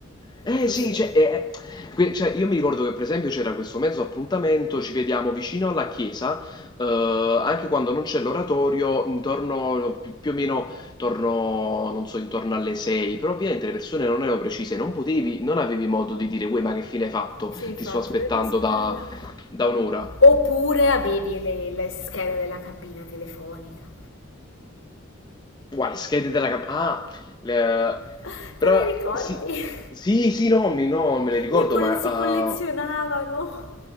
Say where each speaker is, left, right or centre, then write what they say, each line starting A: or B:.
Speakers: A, on the left; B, on the left.
A: eh
B: Così.
A: sì, cioè, eh, eh. que- cioè, io mi ricordo che per esempio c'era questo mezzo appuntamento, ci vediamo vicino alla chiesa, eh, anche quando non c'è l'oratorio, intorno pi- più o meno intorno, non so, intorno alle 6, però ovviamente le persone non erano precise, non potevi, non avevi modo di dire, uè, ma che fine hai fatto?
B: Sì, infatti,
A: Ti sto aspettando
B: dovevi aspettare
A: da
B: là.
A: Da un'ora.
B: Oppure avevi le, le schede della cabina telefonica.
A: Guarda, le schede della camp- Ah, le-
B: <laughs>
A: però
B: Te le ricordi?
A: eh, sì,
B: <laughs>
A: sì, sì, no, mi- no, me le ricordo,
B: Le coll-
A: ma...
B: si collezionavano.
A: eh,